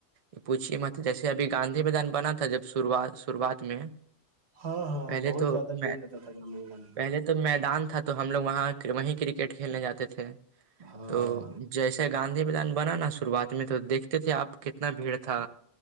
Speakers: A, on the right; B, on the right.
A: یہ پوچھیے مت جیسے ابھی گاندھی میدان بنا تھا جب شروات شروعات میں
B: ہاں ہاں
A: پہلے
B: بہت
A: تو
B: زیادہ
A: میں
B: بھیڑ رہتا تھا گام میں
A: پہلے میدان تھا تو ہم لوگ وہاں وہیں کرکٹ کھیلنے جاتے تھے
B: ہاں
A: تو جیسے گاندھی میدان بنا نا شروعات میں تو دیکھتے تھے آپ کتنا بھیڑ تھا